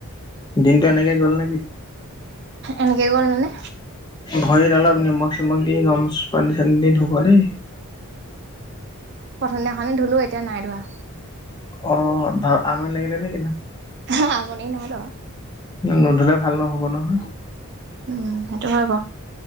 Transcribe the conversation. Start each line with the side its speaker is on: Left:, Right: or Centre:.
Left: দিনতটো এনেকে গ'ল নেকি
Right: এনেকৈ গ'ল মানে
Left: ভৰিত অলপ নিমখ চমখ দি গম পানী চানী দি ধুব দেই
Right: প্ৰথম দিনাখননে ধুলো এতিয়া নাই ধৰা
Left: অ ভাল আমনি লাগিলে নে কিন্তু
Right: হ মন নাই <inaudible>
Left: নধিলে ভাল নহ'ব নহয়
Right: উম সেইটো হয় ব